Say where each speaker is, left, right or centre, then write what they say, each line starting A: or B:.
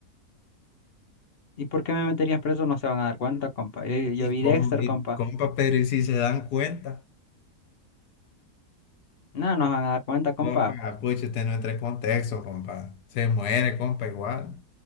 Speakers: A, on the left; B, on the left.
A: ¿Y por qué me meterían preso? No se van a dar cuenta, compa. Yo, yo
B: Y,
A: vi
B: com-
A: Dexter,
B: y
A: compa.
B: compa, pero ¿y si se dan cuenta?
A: No, no se van a dar cuenta, compa.
B: Compa, ah, pucha, usted no entra en contexto, compa. Se muere, compa, igual.